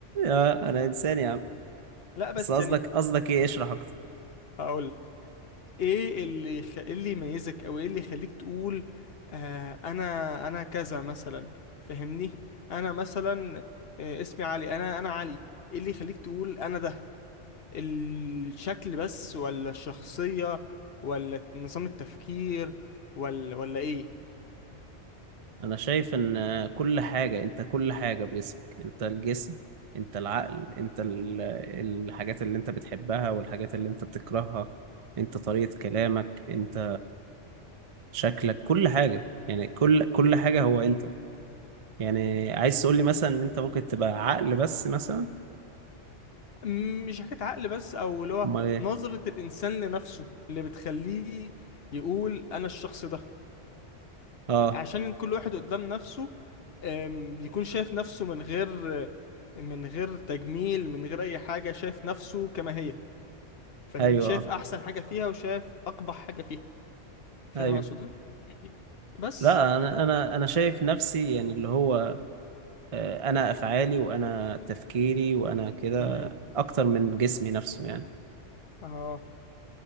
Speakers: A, on the right (about 45°); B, on the left (about 55°).
A: آه، انا انسان يا عم
B: لا بس
A: بس قصدك
B: يعني
A: قصدك ايه اشرح اكتر
B: هقولك ايه اللي خ... إيه اللي يميزك او ايه اللي يخليك تقول آه انا انا كذا مثلا فهمني انا مثلا آه اسمي علي انا انا علي ايه اللي يخليك تقول انا ده الشكل بس ولا الشخصية ولا نظام التفكير ولا ولا ايه
A: انا شايف ان آه، كل حاجة انت كل حاجة بجسمك انت الجسم انت العقل انت ال- الحاجات اللي انت بتحبها والحاجات اللي انت بتكرهها انت طريقة كلامك انت شكلك كل حاجة يعني كل كل حاجة هو انت يعني عايز تقول لي مثلا ان انت ممكن تبقى عقل بس مثلا
B: م- مش حكاية عقل بس او اللي هو
A: امال ايه
B: نظرة الانسان لنفسه اللي بتخليه يقول انا الشخص ده
A: اه
B: عشان كل واحد قدام نفسه أم، بيكون شايف نفسه من غير من غير تجميل من غير اي حاجة شايف نفسه كما هي فاهمني
A: ايوه
B: شايف احسن حاجة فيها وشايف اقبح حاجة فيها فاهم
A: آه، ايوه
B: اقصد إيه؟ <coughs> بس
A: لا انا انا انا شايف نفسي يعني اللي هو آه، انا افعالي وانا تفكيري وانا كده
B: امم
A: اكتر من جسمي نفسه يعني
B: اه